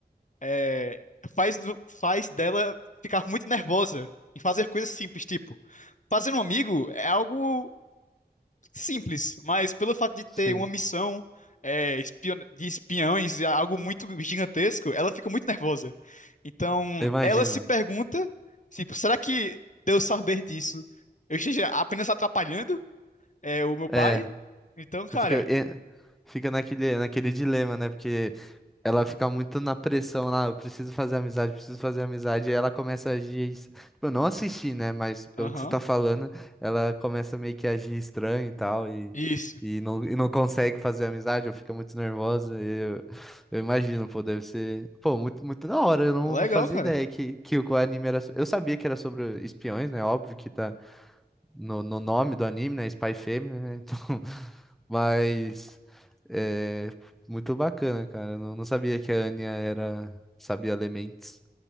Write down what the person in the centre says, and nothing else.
Sim,
imagina.
É,
fica... é, Fica naquele, naquele dilema, né? Porque Ela fica muito na pressão lá, eu preciso fazer amizade, preciso fazer amizade, e ela começa a agir. es- Tipo, eu não assisti, né? Mas pelo
que você tá falando, ela começa meio que a agir estranho e tal, e,
e, não, e não consegue fazer amizade, ou fica muito nervosa. Eu, eu imagino, pô, deve ser. Pô, muito, muito da hora, eu não,
não fazia
ideia que, que o anime era. so- Eu sabia que era sobre espiões, né? Óbvio que tá no, no nome do anime, né? Spy Family, né? <laughs> Então, mas é muito bacana, cara. Eu Não, não sabia que a Anya era, sabia ler mentes.